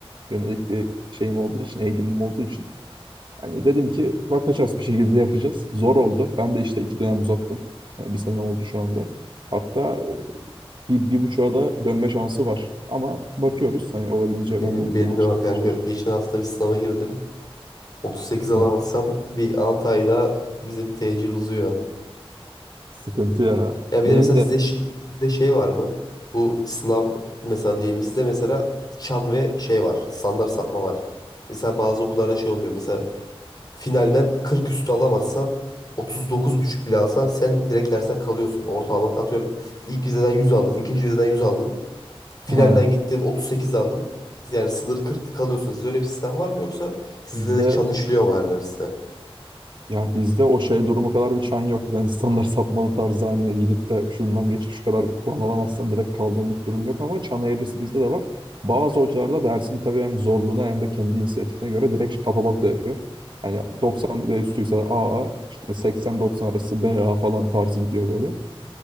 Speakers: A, on the right; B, on the left.
A: yönelik bir şeyim olduğu için, eğilimim olduğu için. Yani dedim ki bakacağız bir şekilde yapacağız. Zor oldu. Ben de işte iki dönem uzattım. Yani bir sene oldu şu anda. Hatta e, bir, bir buçuğa da dönme şansı var. Ama bakıyoruz. Hani olabildiğince
B: Benim,
A: ben de bitirmeye
B: benim de
A: şey
B: var
A: yapmaya
B: kanka.
A: çalışıyorum.
B: Geçen hafta bir sınava girdim. 38
A: Ha,
B: alamazsam bir 6 ay daha bizim tecil uzuyor.
A: sıkıntı ya.
B: Ya bir
A: Benim
B: de mesela sizde,
A: de
B: ş- sizde şey var mı? Bu sınav mesela diyelim bizde mesela çan ve şey var. Standart sapma var. Mesela bazı okullarda şey oluyor. Mesela finalden 40 üstü alamazsan otuz dokuz buçuk bile alsan sen direkt dersten kalıyorsun. Ortalaman atıyorum ilk vizeden 100 aldın, ikinci vizeden 100 aldın. Finalden
A: Ha,
B: gittin 38 aldın. Yani sınır 40 kalıyorsun. Sizde öyle bir sistem var mı yoksa sizde
A: bizde
B: de çan işliyor mu her derste?
A: ya bizde o şey durumu kadar bir çan yok. Yani standart sapmalı tarzı hani gidip de şundan geçip şu kadar puan alamazsan direkt kaldığınlık durum yok ama çan eğrisi bizde de var. Bazı hocalarda dersin tabii hem zorluğuna hem de kendi inisiyatifine göre direkt katalog da yapıyor. Yani 90 ve üstüyse AA, işte 80-90 arası BA falan tarzı gidiyor böyle.